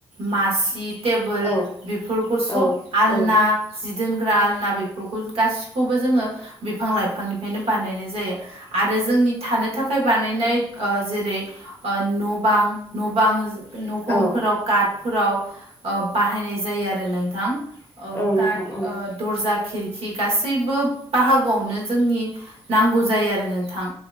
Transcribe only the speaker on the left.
औ
औ
औ
औ
औ नोंथां
औ